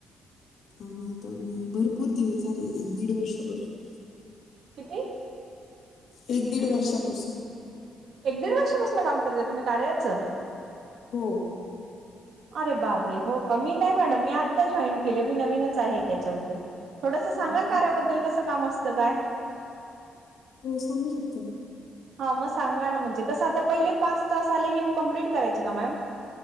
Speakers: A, on the left (about 70°); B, on the right (about 65°).
A: आम्ही आता मी भरपूर दिवस झाले. एक दीड वर्षापासून
B: किती?
A: एक दीड वर्षापासून.
B: एक दीड वर्षापासून काम करताय तुम्ही कार्याच.
A: हो.
B: अरे बापरे. हो का. मी नाही मॅडम मी आत्ता जॉईन केले मी नवीनच आहे यांच्यामध्ये. थोडस सांगाल
A: हो ना
B: कार्याबद्दल कस काम असत काय?
A: हो सांगू शकते.
B: हा मग सांगा ना म्हणजे कस आता पहिले पाच टास्क आले हे कम्प्लीट करायचे का मॅम.